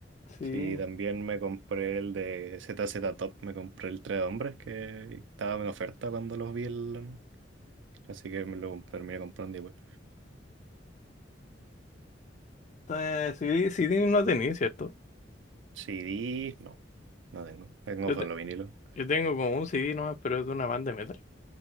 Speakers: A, on the left (about 40°); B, on the right (about 75°).
A: Sí,
B: Sí, también me compré el de ZZ Top, me compré el Tres Hombres que estaba en oferta cuando los vi, el- así que me lo terminé comprando igual.
A: eh, CD, CD no tenía, ¿cierto?
B: CDs, no, no tengo. Tengo
A: Yo,
B: solo
A: te-
B: vinilo.
A: yo tengo como un CD nomás, pero es de una banda de metal.